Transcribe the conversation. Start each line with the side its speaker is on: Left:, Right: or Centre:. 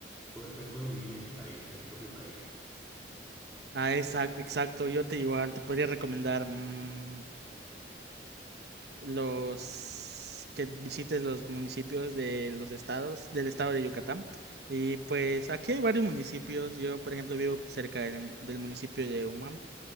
Centre: pu- pues puedo vivir en mi país, en mi propio país.
Right: Ah, exacto, exacto. Yo te igual te podría recomendar mm, los que visites los municipios de los estados, del estado de Yucatán. Y pues aquí hay varios municipios. Yo, por ejemplo, vivo cerca del, del municipio de Humam.